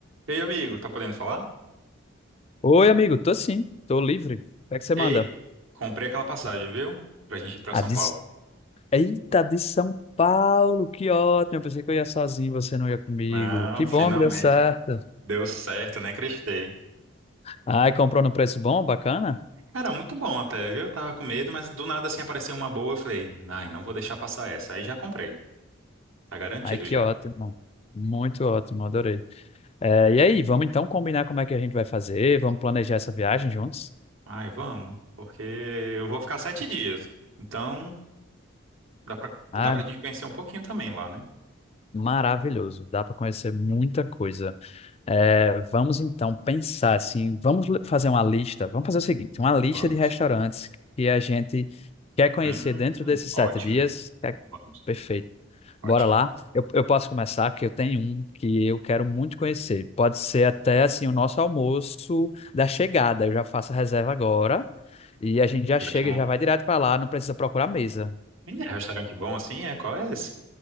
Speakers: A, on the right (about 80°); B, on the left (about 30°).
A: Ei, amigo, tá podendo falar?
B: Oi, amigo, tô sim, tô livre. O que é que você
A: Ei,
B: manda?
A: comprei aquela passagem, viu? Pra gente ir pra
B: Ah,
A: São
B: de...
A: Paulo.
B: S- Eita, de São Paulo, que ótimo. Eu pensei que eu ia sozinho, você não ia comigo.
A: Não,
B: Que
A: <laughs> finalmente.
B: bom que deu certo.
A: Deu certo, né? Acreditei.
B: Ai, comprou no preço bom, bacana?
A: Cara, muito bom até, viu? Eu tava com medo, mas do nada assim apareceu uma boa. Eu falei, ai, não vou deixar passar essa. Aí já comprei. Tá garantido
B: Ai, que
A: já.
B: ótimo. Muito ótimo, adorei. É, e aí, vamos então combinar como é que a gente vai fazer? Vamos planejar essa viagem juntos?
A: Ai, vamos, porque eu vou ficar sete dias. Então, dá pra,
B: Ah,
A: dá pra gente conhecer um pouquinho também lá, né?
B: maravilhoso. Dá para conhecer muita coisa. É, vamos então pensar assim, vamos le- fazer uma lista, vamos fazer o seguinte, uma lista
A: Vamos.
B: de restaurantes que a gente quer conhecer
A: Hum,
B: dentro desses sete
A: ótimo.
B: dias. É,
A: Vamos.
B: perfeito.
A: Ótimo.
B: Bora lá. Eu, eu posso começar, que eu tenho um que eu quero muito conhecer. Pode ser até assim o nosso almoço da chegada. Eu já faço a reserva agora e a gente já
A: Ótimo.
B: chega, e já vai direto para lá, não precisa procurar mesa.
A: Menino, restaurante bom assim, é? Qual é esse?